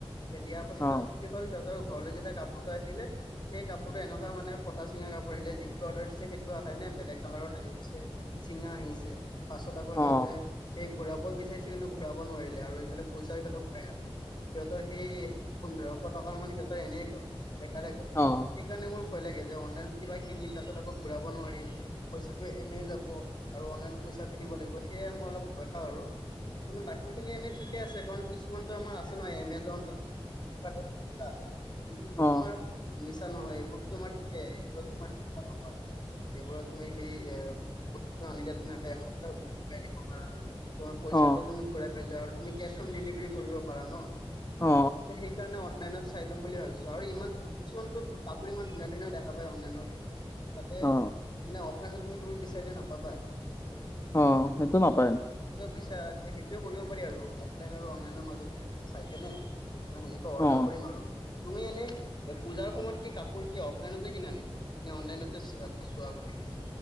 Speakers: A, on the left; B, on the left.
A: দিয়াৰ পাছতত
B: অ
A: কি হ'ল সিহঁতৰ ঘৰলৈ যেতিয়া কাপোৰটো আহিলে সেই কাপোৰটো এনেকুৱা মানে ফটা চিঙা কাপোৰ আহিলে যিটো অৰ্ডাৰ দিছে সেইটো আহাই নাই, বেলেগ কালাৰত আহিছে চিঙা আহিছে পাছত আকৌ
B: অ
A: সিহঁতে সেই ঘূৰাব বিচাৰিছে কিন্তু ঘূৰাব নোৱাৰিলে আৰু এইফালে পইচাও সিহঁতে ঘূৰাই নাপায়। সিহঁতৰ সেই পোন্ধৰশ টকা মান সিহঁতৰ এনেই গল দেখাৰে গ'ল
B: অ
A: সেইকাৰণে মোৰ ভয় লাগে। যে অনলাইন কিবা কিনিম তাচত আকৌ ঘোৰাব নোৱাৰিম, পইচাটো এনে যাব আৰু লাগিব। সেয়ে মই অলপ ভয় খাওঁ আৰু। কিন্তু বাকী খিনি এনেই ঠিকে আছে কাৰণ কিছুমানতো আমাৰ আছে ন এমেজন ফ্লিপকাৰ্ট আছে না এইবোৰতো
B: অ অ অ
A: তোমাৰ মিছা নহয় এইবোৰতো তোমাৰ ঠিকেই এইবোৰত তোমাৰ মিছা নহয় এইবোৰত তুমি সেই এ বস্তুটো আনিলে তুমি আকৌ এসপ্তাহ ভিতৰত ঘূৰাই দিব পাৰা। তোমাৰ পইচাটো
B: অ
A: তুমি ঘূৰা পাই যা আৰু তুমি কেচ অন ডেলিভাৰী কৰিব পাৰা ন
B: অ
A: সেইকাৰণে অনলাইনত চাই ল'ম বুলি ভাবিছো আৰু ইমান কিছুমানতো কাপোৰ ইমান ধুনীয়া ধুনীয়া দেখা পায় অনলাইনত। তাতে মানে
B: অ
A: অফলাইনত তুমি সেইবোৰ বিচাৰিলে নাপাবাই
B: অ সেইটো নাপায়।
A: পইছা সেইটোৱে কৰিব পাৰি আৰু অফলাইন আৰু অনলাইনৰ মাজতে চাই কেনে। মই সেনেকে অৰ্ডাৰ
B: অ
A: কৰিম আৰু। তুমি এনে পূজাৰ সময়ত কি কাপোৰ কি অফলাইনত কিনা নি, নে অনলাইন চোৱা গোটেইখিন